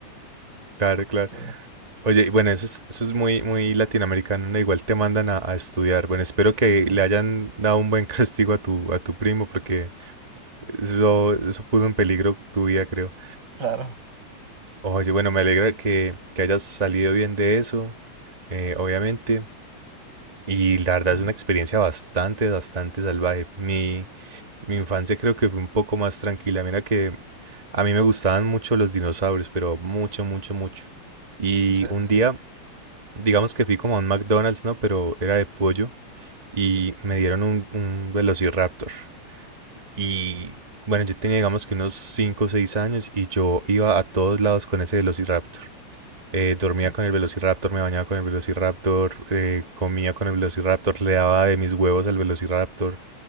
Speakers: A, on the right; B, on the right.
A: Claro, claro.
B: Sí,
A: Oye, bueno, eso es, eso es muy, muy latinoamericano, ¿no? Igual te mandan a, a estudiar. Bueno, espero que
B: sí,
A: le hayan dado un buen <laughs> castigo a tu, a tu primo porque eso, eso puso en peligro tu vida, creo.
B: claro.
A: Oye, bueno, me alegra que, que hayas salido bien de eso, eh, obviamente. Y la verdad
B: Ujú.
A: es una experiencia bastante, bastante salvaje. Mi, mi infancia creo que fue un poco más tranquila. Mira que a mí me gustaban mucho los dinosaurios, pero mucho, mucho, mucho. Y
B: Sí,
A: un
B: sí,
A: día,
B: sí.
A: digamos que fui como a un McDonald's, ¿no? Pero era de pollo y me dieron un, un Velociraptor. Y bueno, yo tenía digamos que unos 5 o 6 años y yo iba a todos lados con ese Velociraptor eh, dormía
B: Sí.
A: con el Velociraptor, me bañaba con el Velociraptor, eh, comía con el Velociraptor, le daba de mis huevos al Velociraptor